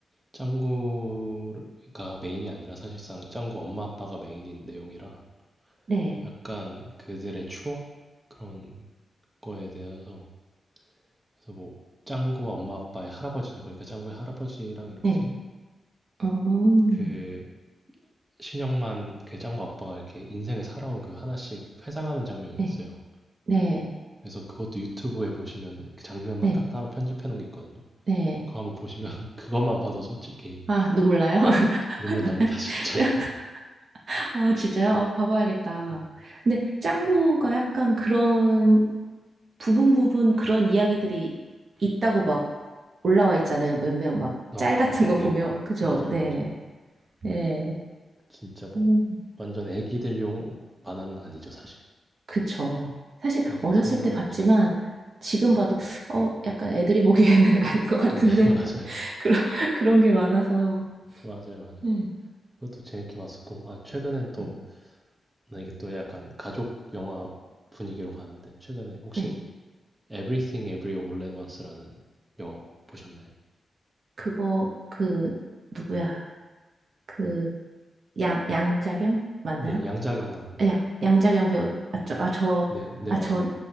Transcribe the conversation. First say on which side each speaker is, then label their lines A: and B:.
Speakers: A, on the right; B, on the right.
A: 짱구가 메인이 아니라 사실상 짱구 엄마 아빠가 메인인 내용이라
B: 네,
A: 약간 그들의 추억 그런 거에 대해서 그래서 뭐 짱구 엄마 아빠의 할아버지죠. 그러니까 짱구의 할아버지랑 이렇게
B: 네, 음,
A: 그 신영만 그 짱구 아빠가 이렇게 인생을 살아온 그 하나씩 회상하는 장면이
B: 네,
A: 있어요.
B: 네,
A: 그래서 그것도 유튜브에 보시면 그 장면만
B: 네,
A: 딱 따로 편집해 놓은 게 있거든요.
B: 네.
A: 그거 한번 보시면 <laughs> 그것만 봐도 솔직히
B: 아, 눈물 나요? <laughs> <laughs>
A: 눈물 납니다, 진짜. <laughs>
B: 아, 진짜요? 아, 봐봐야겠다.
A: 네.
B: 근데 짱구가
A: 어,
B: 약간 그런 부분 부분 그런 이야기들이 있다고 막 올라와 있잖아요. 몇몇 막
A: 아,
B: 짤 같은
A: 그쵸.
B: 거 보면.
A: 네.
B: 그죠?
A: 맞아요,
B: 네.
A: 맞아요.
B: 네.
A: 진짜 뭐
B: 음,
A: 완전 애기들용 만화는 아니죠, 사실.
B: 그쵸. 사실
A: 네,
B: 어렸을
A: 성인
B: 때
A: 만화죠.
B: 봤지만 지금
A: 네.
B: 봐도 어, 약간 애들이 보기에는 <laughs> 아닌 것 같은데
A: 네, <laughs> 맞아요.
B: 그런 그런 게 많아서.
A: 맞아요, 맞아요.
B: 네.
A: 그것도 재밌게 봤었고, 아, 최근엔 또,
B: 네.
A: 나 이게 또 약간 가족 영화 분위기로 가는데, 최근에 혹시
B: 네.
A: Everything Everywhere All at Once라는 영화 보셨나요?
B: 그거 그 누구야? 그 양, 양자경 맞나요?
A: 네, 양자경 나온
B: 아, 양,
A: 영화.
B: 양자경 배우 맞죠? 아, 저,
A: 네, 네,
B: 아,
A: 맞아요.
B: 저,